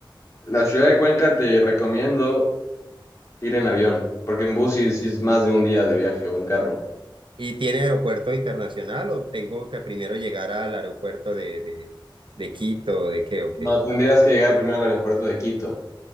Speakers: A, on the left; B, on the right.
A: La ciudad de Cuenca te recomiendo ir en avión, porque en bus sí, sí es más de un día de viaje o en carro.
B: ¿Y tiene aeropuerto internacional o tengo que primero llegar al aeropuerto de, de, de Quito, de qué, o qué?
A: No, tendrías que llegar primero al aeropuerto de Quito.